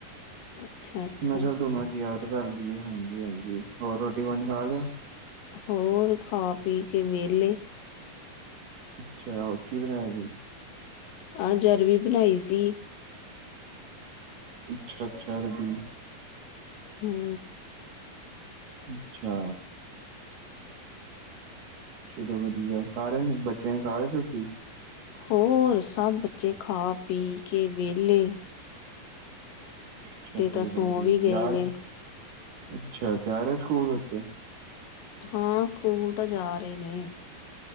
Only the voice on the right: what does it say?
ਮੈਂ ਚਲ ਤੋਨੂ ਅਜ ਯਾਦ ਕਰ ਲਈਏ ਹਾਂਜੀ- ਹਾਂਜੀ ਹੋਰ ਰੋਟੀ ਪਾਣੀ ਖਾ ਲੇਆ?
ਅੱਛਾ, ਹੋ ਕੀ ਬਣਾਇਆ ਸੀ?
ਅੱਛਾ-ਅੱਛਾ ਅਰਬੀ।
ਅੱਛਾ ਚਲੋ ਵਧੀਆ, ਸਾਰੇਆਂ ਨੇ ਬੱਚੇਆਂ ਨੇ ਖਾ ਲੀ ਰੋਟੀ।
ਅਛਾ ਚਲੋ
ਵਧੀਆ
ਜਾ
ਰੇ, ਅੱਛਾ ਜਾ ਰੇ ਸਕੂਲ ਬੱਚੇ।